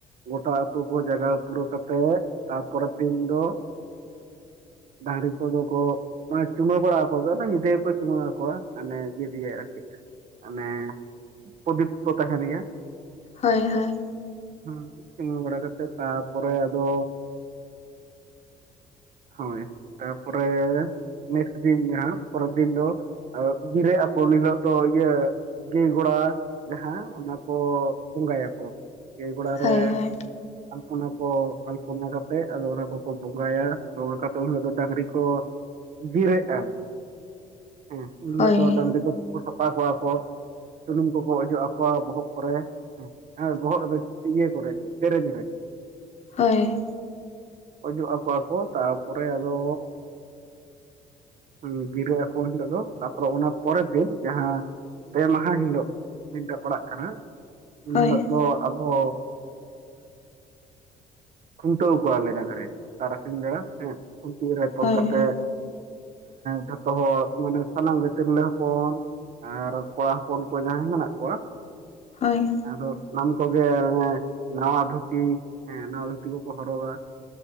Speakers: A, on the right; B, on the left.
A: ᱜᱚᱴᱟ ᱟᱹᱛᱩ ᱠᱚ ᱡᱟᱜᱟᱣ ᱯᱩᱨᱟᱹᱣ ᱠᱟᱛᱮᱫ ᱛᱟᱯᱚᱨᱮᱨ ᱫᱤᱱ ᱫᱚ ᱰᱟᱝᱨᱤ ᱠᱚᱫᱚ ᱠᱚ ᱢᱟᱱᱮ ᱪᱩᱢᱟᱹ ᱵᱟᱲᱟ ᱟᱠᱚ ᱧᱤᱫᱟᱹᱠᱚ ᱪᱩᱢᱟᱹᱲᱟ ᱟᱠᱚᱣᱟ᱾ ᱢᱟᱱᱮ ᱤᱫᱤᱭᱟᱭ ᱟᱨᱠᱤ ᱢᱟᱱᱮ ᱯᱨᱚᱫᱤᱯ ᱛᱚ ᱛᱟᱦᱮᱱᱜᱮᱭᱟ᱾
B: ᱦᱳᱭ ᱦᱳᱭ᱾
A: ᱦᱮᱸ ᱥᱤᱢᱟᱹ ᱵᱟᱲᱟ ᱠᱟᱛᱮᱜ ᱛᱟᱨᱯᱚᱨᱮ ᱟᱫᱚ, ᱦᱳᱭ ᱛᱟᱨᱯᱚᱨᱮ ᱱᱮᱠᱥᱴ ᱫᱤᱱ ᱡᱟᱦᱟᱸ ᱯᱚᱨᱮᱨ ᱫᱤᱱ ᱫᱚ ᱜᱤᱨᱟᱹᱜ ᱟᱠᱚ ᱩᱱ ᱦᱤᱞᱳᱜ ᱫᱚ ᱤᱭᱟᱹ ᱜᱟᱹᱭ ᱜᱚᱲᱟ ᱡᱟᱦᱟᱸ ᱚᱱᱟ ᱠᱚ ᱵᱚᱸᱜᱟᱭᱟ ᱾ ᱠᱚ ᱜᱟᱹᱭ ᱜᱟᱲᱟ ᱨᱮ
B: ᱦᱳᱭ ᱦᱳᱭ
A: ᱚᱱᱟ ᱠᱚ ᱟᱞᱯᱚᱱᱟ ᱠᱟᱛᱮᱫ ᱟᱫᱚ ᱚᱱᱟ ᱠᱚᱠᱚ ᱵᱚᱸᱜᱟᱭᱟ ᱵᱚᱸᱜᱟ ᱠᱟᱛᱮᱫ ᱩᱱ ᱦᱤᱞᱳᱜ ᱫᱚ ᱰᱟᱝᱨᱤ ᱠᱚ, ᱡᱤᱨᱮᱫ ᱠᱟᱱ ᱦᱮᱸ ᱩᱱᱦᱤᱞᱚᱜ
B: ᱦᱳᱭ
A: ᱫᱚ ᱰᱟᱝᱨᱤ ᱠᱚ ᱥᱟᱯᱷᱟ ᱠᱚᱣᱟ ᱠᱚ ᱥᱩᱱᱩᱢ ᱠᱚᱠᱚ ᱚᱡᱚᱜ ᱟᱠᱚᱣᱟ ᱵᱚᱦᱚᱜ ᱠᱚᱨᱮ, ᱵᱚᱦᱚᱜ ᱨᱮᱫᱚ ᱤᱭᱟᱹᱠᱚᱨᱮ ᱫᱮᱨᱮᱧ ᱨᱮ᱾
B: ᱦᱳᱭ,
A: ᱚᱡᱚᱜ ᱟᱠᱚᱣᱟ ᱠᱚ ᱛᱟᱨᱯᱚᱨᱮ ᱟᱫᱚ, ᱦᱩᱸ ᱵᱤᱨᱟᱹᱜ ᱟᱠᱚ ᱩᱱᱦᱤᱞᱳᱜ ᱫᱚ, ᱛᱟᱯᱚᱨᱮ ᱚᱱᱟ ᱯᱚᱨᱮᱨ ᱫᱤᱱ ᱡᱟᱦᱟᱸ ᱯᱮ ᱢᱟᱦᱟ ᱦᱤᱞᱳᱜ ᱢᱤᱫ ᱫᱤᱱ ᱴᱟᱜ ᱯᱟᱲᱟᱜ ᱠᱟᱱᱟ ᱩᱱ
B: ᱦᱳᱭ
A: ᱦᱤᱞᱚᱜ ᱫᱚ ᱟᱫᱚ, ᱠᱷᱩᱱᱴᱟᱣ ᱠᱚᱣᱟ ᱞᱮ ᱰᱟᱝᱨᱤ ᱛᱟᱨᱟᱥᱤᱝ ᱵᱮᱲᱟ ᱦᱮᱸ᱾ ᱠᱷᱩᱱᱴᱤ ᱨᱮ ᱛᱚᱞ
B: ᱦᱳᱭ
A: ᱠᱟᱛᱮ ᱡᱷᱚᱛᱚ ᱦᱚᱲ ᱢᱟᱱᱮ ᱥᱟᱱᱟᱢ ᱜᱮ ᱛᱤᱨᱞᱟᱹ ᱦᱚᱯᱚᱱ ᱟᱨ ᱠᱚᱲᱟ ᱦᱚᱯᱚᱱ ᱠᱚ ᱡᱟᱦᱟᱸᱭ ᱢᱮᱱᱟᱜ ᱠᱚᱣᱟ,
B: ᱦᱳᱭ
A: ᱟᱫᱚ ᱥᱟᱱᱟᱢ ᱠᱚᱜᱮ ᱱᱟᱣᱟ ᱫᱷᱩᱛᱤ ᱦᱮᱸ ᱱᱟᱣᱟ ᱫᱷᱩᱛᱤ ᱠᱚᱠᱚ ᱦᱚᱨᱚᱜᱟ,